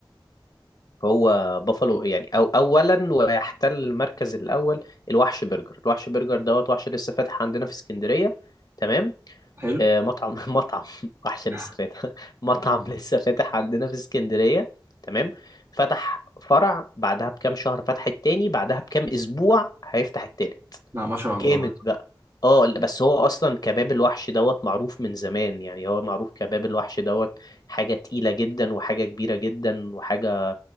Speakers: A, on the left; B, on the right.
A: هو بافالو يعني أو أولا ويحتل المركز الأول الوحش برجر الوحش برجر دوت وحش لسه فاتح عندنا في اسكندرية تمام
B: حلو
A: آه مطعم <laughs> مطعم وحش لسه
B: <laughs>
A: فاتح <laughs> مطعم لسه فاتح عندنا في اسكندرية تمام فتح فرع بعدها بكام شهر فتح التاني بعدها بكام أسبوع هيفتح التالت
B: لا ما شاء
A: جامد
B: الله
A: بقى اه لا، بس هو اصلا كباب الوحش دوت معروف من زمان يعني هو معروف كباب الوحش دوت حاجة تقيلة جدا وحاجة كبيرة جدا وحاجة